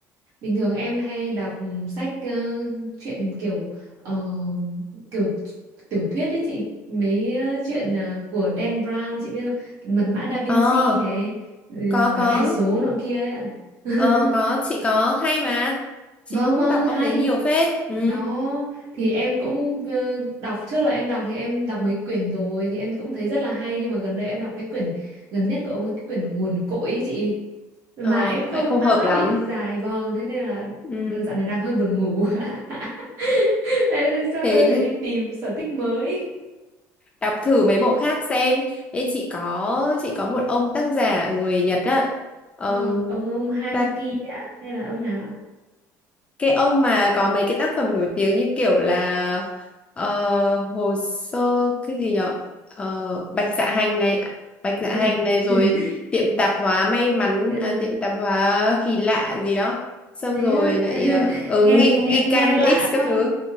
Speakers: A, on the right (about 55°); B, on the left (about 15°).
A: Bình thường em hay đọc sách ờ, truyện kiểu ờ, kiểu tiểu thuyết đấy chị. Mấy ờ, chuyện ờ, của Dan Brown chị biết không? Mật mã Da Vinci
B: Ờ,
A: này, ừ,
B: có có.
A: pháo đài số nọ kia ấy ạ. <laughs>
B: Ờ có, chị có hay mà. Chị
A: Vâng
B: cũng
A: vâng
B: đọc
A: hay.
B: ông đấy nhiều phết. Ừ.
A: Đó thì em cũng ờ, đọc trước là em đọc thì em đọc mấy quyển rồi thì em cũng thấy rất là hay nhưng mà gần đây em đọc cái quyển gần nhất của ông ấy, cái quyển nguồn cội ấy chị mà
B: Ờ,
A: em không
B: lại không
A: nó
B: hợp
A: nó
B: lắm.
A: bị dài vòng thế nên là
B: Ừ.
A: đợt dạo này đang hơi buồn ngủ <laughs> thế thì chắc
B: Thế
A: là phải đi tìm sở thích mới
B: đọc thử mấy bộ khác xem Ê, chị có chị có một ông tác giả người Nhật á Ờm,
A: vâng ông ông Haruki
B: ta
A: ấy ạ hay là ông nào ạ
B: cái ông mà có mấy cái tác phẩm nổi tiếng như kiểu là ờ, hồ sơ cái gì nhở Ờ, Bạch Dạ Hành này Bạch
A: Đúng
B: Dạ Hành
A: rồi.
B: này rồi
A: <laughs>
B: tiệm tạp hóa may mắn
A: tên
B: à,
A: rồi
B: tiệm tạp hóa kỳ lạ gì đó xong
A: thế
B: rồi
A: á <laughs>
B: lại uh,
A: nghe
B: nghi nghi
A: em nghe
B: can
A: lạ
B: X
A: quá
B: các thứ